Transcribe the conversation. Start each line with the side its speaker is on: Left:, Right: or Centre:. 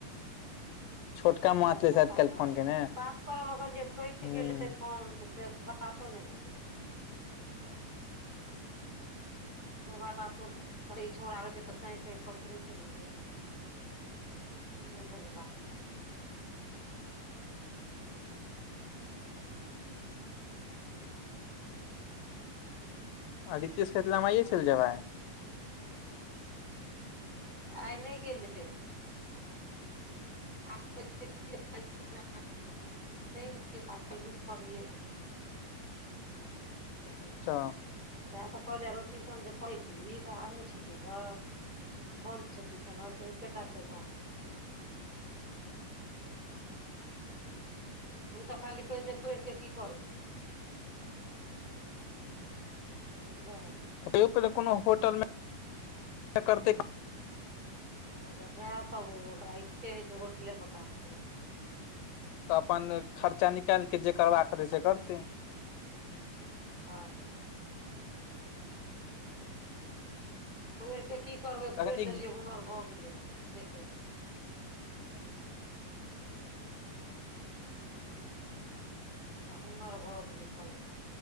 Left: छोटका माँ
Right: अच्छा
Left: छलै
Right: छोटका
Left: शायद काल्हि
Right: मामा
Left: फोन केने
Right: बात करऽ लगलियै कैट
Left: हूँ
Right: गेलै फोन। ओ से बातो नैय भेलै। दोबारा बातो ने भेल तऽ चै चै करैत रहै छै ने जे- नै होला बात केल-
Left: आ रितेश कहेैतरहे हम
Right: तऽ
Left: आये चैल जेबै?
Right: आय नैय गेलै। <unintelligible> सैन छियै तऽ <unintelligible> पड़यै। सएह
Left: अच्छा
Right: तऽ कहलियै रो टीशन जे पढ़य छीही तऽ आब नय छै- <unintelligible> बन्द छै टीशन ओर तऽ एकेटा छै बन्द। ओ तऽ खाली कहै छै पैढ़ कऽ की करबै। बुझलहक
Left: कहियो पहिले कोनो होटल मे करतै।
Right: हँ तऽ सएह तब ओकरा इच्छे हइ छै होटले मे काम करै-
Left: तऽ अपन खर्चा निकैलके जे करबाक हेतै से करतै।
Right: हँ। पैढ़िकऽ की करबै
Left: तखन
Right: पैड़ लेलियै
Left: एक
Right: हुनर भऽ गेलै सेै कहेै। हुनर भऽ गेलै पढ़ै मे